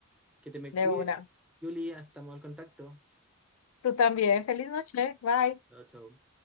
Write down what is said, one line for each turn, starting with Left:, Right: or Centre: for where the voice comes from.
Centre: Que te me
Left: De
Centre: cuides,
Left: una.
Centre: Julia, estamos al contacto.
Left: Tú también. Feliz noche. Bye.
Centre: Chao, chao.